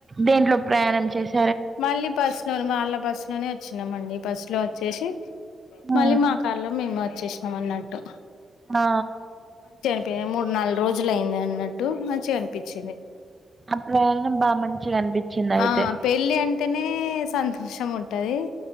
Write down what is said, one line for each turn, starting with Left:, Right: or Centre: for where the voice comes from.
Right: దేంట్లో ప్రయాణం చేసి
Left: మళ్ళీ బస్ లో వాళ్ళ బస్సు లోనే వచ్చినమండి బస్సు లో వచ్చేసి
Right: ఆ
Left: మళ్ళీ మా కార్లో మేము వచ్చేసినం అన్నట్టు
Right: ఆ
Left: అంటే మూడు నాలుగు రోజులు అయింది అన్నట్టు మంచిగా అనిపించింది
Right: ఆ ప్రయాణం బాగా మంచిగా అనిపించింది అయితే
Left: ఆ పెళ్ళి అంటేనే సంతోషం ఉంటది